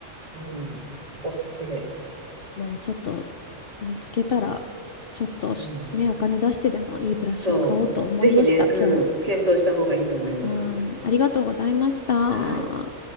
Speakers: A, on the right; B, on the left.
A: うん。おすすめ。
B: もうちょっと見つけたら、ちょっとしね、
A: うん。
B: お金出してでもいいブラシを買おうと思いました、
A: そう。ぜひね、うん、
B: 今日。
A: 検討した方がいいと思います。
B: はーい。ありがとうございました。
A: はい。